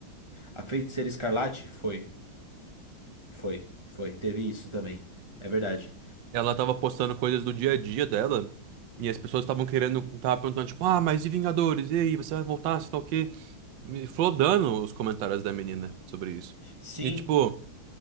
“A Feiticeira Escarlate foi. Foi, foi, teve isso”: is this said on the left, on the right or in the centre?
Right